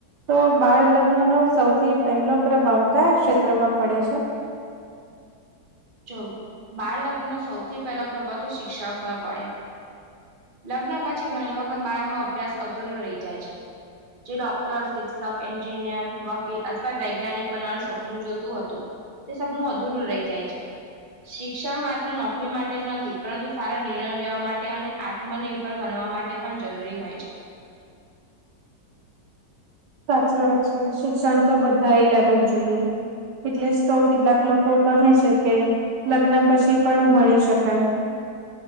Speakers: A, on the right; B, on the right.
A: તો બાળ લગ્ન નો સૌથી પહેલો પ્રભાવ કયા ક્ષેત્રમાં પડે છે
B: જો બાળ લગ્ન ન સૌથી પહેલો પ્રભાવ તો શિક્ષણ પર પડે લગ્ન પછી ઘણી વખત બાળકનો અભ્યાસ અધૂરો રહી જાય છે જે ડોક્ટર શિક્ષક એન્જિનિયર વકીલ અથવા વૈજ્ઞાનિક બનવાનું સપનું જોતું હતું તે સબનું અધૂરું રહી જાય છે શિક્ષણ માત્ર નોકરી માટે જ નથી પરંતુ સારા નિર્ણયો લેવા માટે અને આત્મનિર્ભર બનવા માટે પણ જરૂરી હોય છે
A: સાચી વાત છે શિક્ષણ તો બધા એ લેવું જ જોઈએ એટલે જ તો કેટલાક લોકો કહે છે કે લગ્ન પછી પણ ભણી શકાય